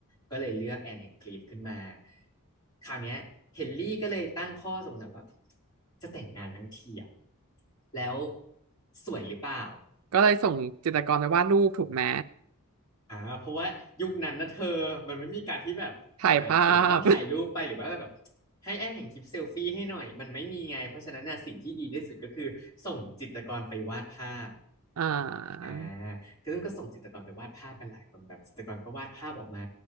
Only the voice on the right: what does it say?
ก็เลยส่งจิตรกรไปวาดรูปถูกไหม
ถ่ายภาพ <laughs>
อ่า